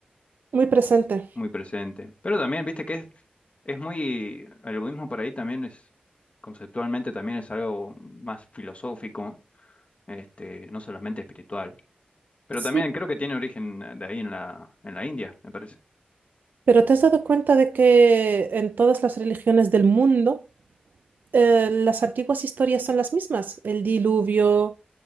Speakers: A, on the right; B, on the left.
A: Muy presente.
B: muy presente. Pero también, viste que es, es muy, el budismo por ahí también es, conceptualmente también es algo más filosófico este, no solamente espiritual. Pero
A: Sí,
B: también creo que tiene origen eh, de ahí en la, en la India, me parece.
A: pero ¿te has dado cuenta de que en todas las religiones del mundo eh, las antiguas historias son las mismas? El diluvio,